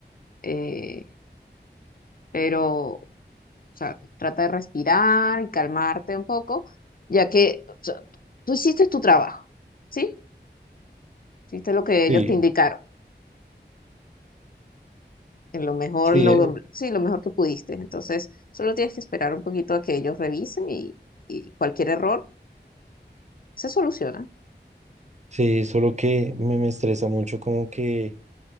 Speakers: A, on the left; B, on the right.
A: eh, pero, o sea, trata de respirar y calmarte un poco, ya que o sea, tú hiciste tu trabajo, ¿sí? Hiciste lo que ellos
B: Sí,
A: te indicaron en lo mejor,
B: sí,
A: lo,
B: eh,
A: sí, lo mejor que pudiste. Entonces, solo tienes que esperar un poquito a que ellos revisen y, y cualquier error se soluciona.
B: sí, solo que me, me estresa mucho como que